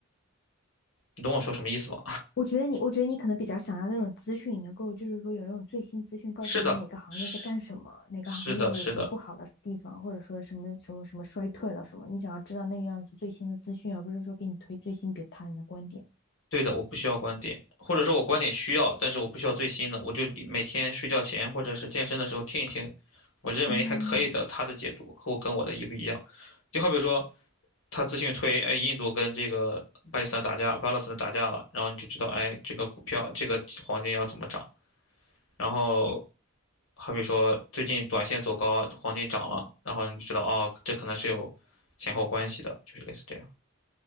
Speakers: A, on the left (about 85°); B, on the left (about 55°).
A: 你懂我说什么意思吗？
B: 我觉得你，我觉得你可能比较想要那种资讯，能够就是说有那种最新资讯，告诉你哪个行业在干什么，
A: 是的，是
B: 哪个行业有什么不好的地方，
A: 是的，是的。
B: 或者说什么什么什么衰退了什么，你想要知道那个样子最新的资讯，而不是说给你推最新别他人的观点。
A: 对的，我不需要观点，或者说我观点需要，但是我不需要最新的，我就每天睡觉前或者是健身的时候听一听，我认为还可以的他的解读和我跟我的一不一样。
B: 嗯
A: 就好比说，他资讯推，哎，印度跟这个巴基斯坦打架，巴勒斯坦打架了，然后你就知道，哎，这个股票这个黄金要怎么涨。然后好比说最近短线走高，黄金涨了，然后你就知道，哦，这可能是有前后关系的，就是类似这样。